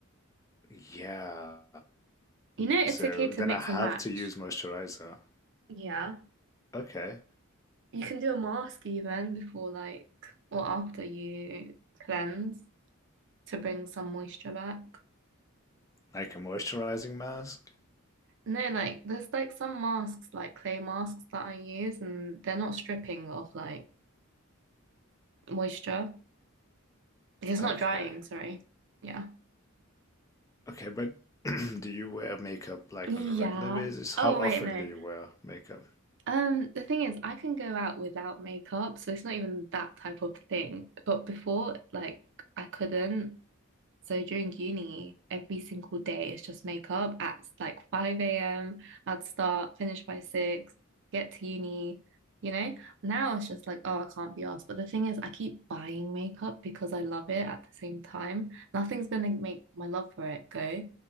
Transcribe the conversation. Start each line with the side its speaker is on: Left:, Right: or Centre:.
Left: Yeah.
Right: You know, it's
Left: So
Right: okay to
Left: then
Right: mix
Left: I have
Right: and match.
Left: to use moisturizer.
Right: Yeah.
Left: Okay.
Right: You can do a mask even before, like, or after you cleanse to bring some moisture back.
Left: Like a moisturizing mask?
Right: No, like, there's like some masks, like clay masks that I use, and they're not stripping of like moisture. It's not
Left: Okay.
Right: drying, sorry. Yeah.
Left: Okay, but <clears throat> do you wear makeup like
Right: Yeah.
Left: on a regular basis? How
Right: Oh, wait,
Left: often
Right: no.
Left: do you wear makeup?
Right: Um, the thing is, I can go out without makeup, so it's not even that type of thing. But before, like, I couldn't. So during uni, every single day it's just makeup at like 5 a.m. I'd start, finish by 6, get to uni, you know? Now it's just like, oh, I can't be asked. But the thing is, I keep buying makeup because I love it at the same time. Nothing's gonna make my love for it go.